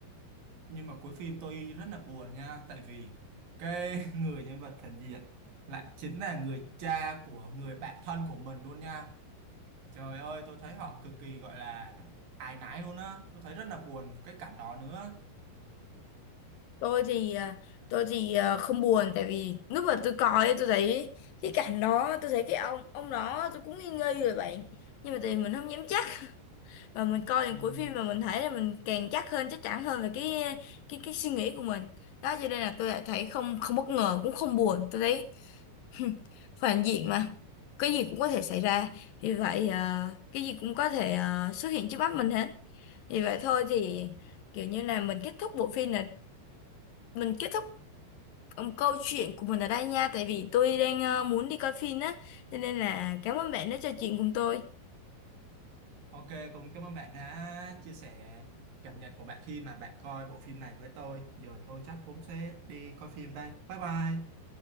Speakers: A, on the right; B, on the left.
A: nhưng mà cuối phim tôi rất là buồn nha tại vì cái <laughs> người nhân vật phản diện lại chính là người cha của người bạn thân của mình luôn nha Trời ơi, tôi thấy họ cực kỳ gọi là áy náy luôn á. Tôi thấy rất là buồn cái cảnh đó nữa.
B: Tôi thì ờ, tôi thì ờ, không buồn tại vì lúc mà tôi coi ấy, tôi thấy cái cảnh đó tôi thấy cái ông ông đó tôi cũng nghi nghi rồi bạn nhưng mà thì mình không dám chắc và mình coi đến
A: Ừm,
B: cuối phim mà mình thấy là mình càng chắc hơn chắc chắn hơn về cái cái cái suy nghĩ của mình đó cho nên là tôi lại thấy không không bất ngờ cũng không buồn tôi thấy <laughs> phản diện mà cái gì cũng có thể xảy ra vì vậy ờ, cái gì cũng có thể ờ, xuất hiện trước mắt mình hết vì vậy thôi thì kiểu như là mình kết thúc bộ phim là mình kết thúc um, câu chuyện của mình ở đây nha tại vì tôi đang ờ, muốn đi coi phim á cho nên là cảm ơn bạn đã trò chuyện cùng tôi
A: Ok, cũng cảm ơn bạn đã chia sẻ cảm nhận của bạn khi mà bạn coi bộ phim này với tôi. Giờ tôi chắc cũng sẽ đi coi phim đây. Bye bye.